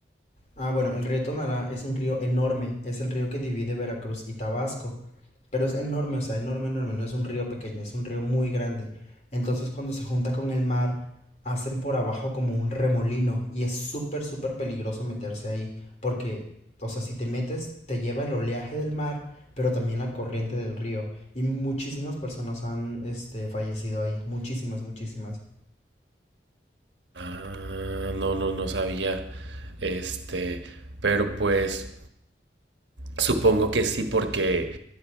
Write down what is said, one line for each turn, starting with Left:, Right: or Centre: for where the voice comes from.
Left: Ah, bueno, el río Tonalá es un río enorme, es el río que divide Veracruz y Tabasco. Pero es enorme, o sea, enorme, enorme. No es un río pequeño, es un río muy grande. Entonces cuando se junta con el mar, hacen por abajo como un remolino y es súper, súper peligroso meterse ahí. Porque, o sea, si te metes, te lleva el oleaje del mar, pero también la corriente del río. Y muchísimas personas han, este, fallecido ahí. Muchísimas, muchísimas.
Right: Ah, no, no, no sabía. Este, pero pues Supongo que sí, porque